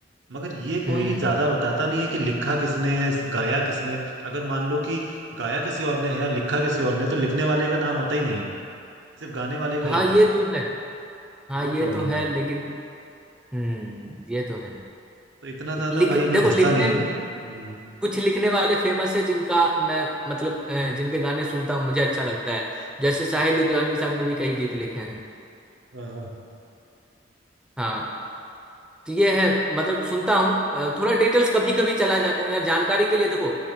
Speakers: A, on the right; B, in the centre.
A: मगर ये कोई
B: हम्म
A: ज्यादा बताता नहीं है कि लिखा किसने गाया किसने अगर मान लो कि गाया किसी और ने है और लिखा किसी और ने तो लिखने वाले का नाम आता ही नहीं है सिर्फ गाने वाले का
B: हाँ
A: ही आता
B: ये
A: है
B: तो है हाँ
A: वो
B: ये
A: प्रॉब्लम
B: तो है
A: है
B: लेकिन हम्म ये तो है
A: तो इतना ज्यादा
B: लिख
A: भाई
B: देखो
A: मैं घुसता
B: लिखने
A: नहीं हूँ हम्म
B: कुछ लिखने वाले फेमस है जिनका मैं मतलब अ, जिनके गाने सुनता हूँ मुझे अच्छा लगता है जैसे साहिल
A: अच्छा
B: लुधियानवी साहब ने भी कई गीत लिखे हैं
A: हाँ हाँ
B: हाँ तो ये है मतलब सुनता हूँ अ, थोड़ा डिटेल्स कभी कभी चला जाता हूँ यार जानकारी के लिए देखो